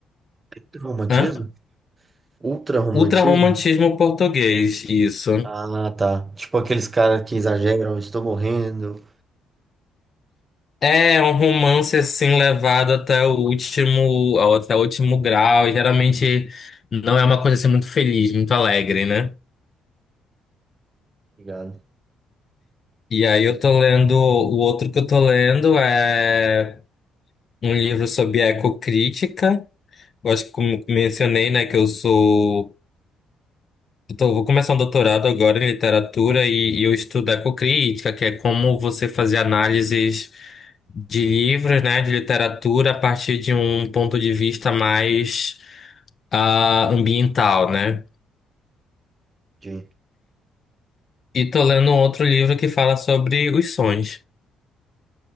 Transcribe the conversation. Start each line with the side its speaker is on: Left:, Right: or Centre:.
Right: é romantismo?
Left: Hã?
Right: Ultra-romantismo?
Left: Ultra-romantismo português, isso.
Right: Ah, tá. Tipo aqueles caras que exageram, estou morrendo.
Left: É um romance assim levado até o último, até o último grau. E geralmente não é uma coisa assim muito feliz, muito alegre, né?
Right: Obrigado.
Left: E aí eu tô lendo, o outro que eu tô lendo é um livro sobre ecocrítica. Eu acho que como mencionei, né, que eu sou, eu tô- vou começar um doutorado agora em literatura e, e eu estudo ecocrítica, que é como você fazer análises de livros, né, de literatura a partir de um ponto de vista mais ah, ambiental, né?
Right: Sim.
Left: E tô lendo um outro livro que fala sobre os sonhos.